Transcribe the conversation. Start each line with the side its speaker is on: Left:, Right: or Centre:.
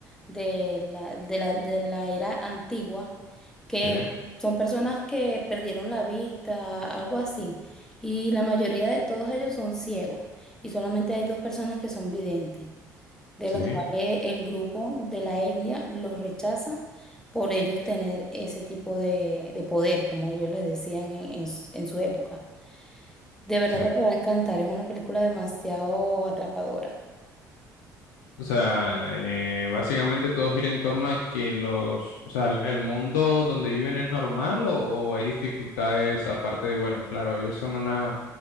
Centre: de la, de la, de la era antigua que
Left: Sí,
Centre: son personas que perdieron la vista, algo así. Y la mayoría de todos ellos son ciegos y solamente hay dos personas que son videntes. de
Left: sí,
Centre: los cuales el grupo de la etnia los rechaza por ellos tener ese tipo de, de poder, como ellos les decían en, en s- en su época. De verdad
Left: sí.
Centre: que te va a encantar, es una película demasiado atrapadora.
Left: O sea, eh, básicamente todo gira en torno a que los, o sea, el, el mundo donde viven es normal o, o hay dificultades aparte de, bueno, claro, ellos son una,